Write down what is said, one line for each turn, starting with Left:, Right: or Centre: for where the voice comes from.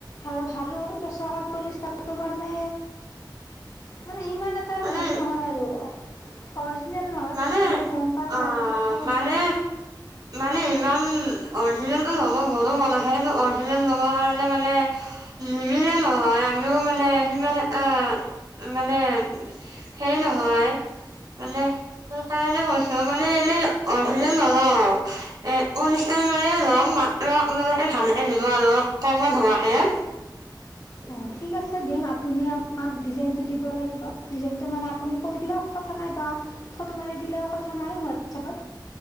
Left: আৰু ভালো তচকত পলিষ্টাৰটো মানে মানে সিমান এটা
Right: মানে,
Left: আৰু হেৰি নহয় আৰু অৰজিনেল নহয়
Right: মানে
Left: বস্তুটো গম পায়
Right: অ',
Left: লাৰি চালে গম
Right: মানে
Left: পায়
Right: মানে ইমান অৰিজিনেলটো ল'ব মোৰো মন আছে কিন্তু অৰিজিনেল ল'ব কাৰণে মানে নিমিলে নহয় আমিও মানে সিমান এটা মানে হেৰি নহয় মানে সেই কাৰণে কৈছো মানে এনে অৰিজিনেল নলওঁ এ পলিষ্টাৰ পালে লোম মাত্ৰ আপোনালোকে ভালকে দিব আৰু কমত হোৱাকে <unintelligible> <inaudible>
Left: অঁ ঠিক আছে দিম আপুনি আমাক ডিজাইনটো দিব লাগিব ডিজাইনটো মানে আপুনি কৈ দিলেও কথা নাই বা ফটো মাৰি দিলেও কথা নাই হোৱাটছএপত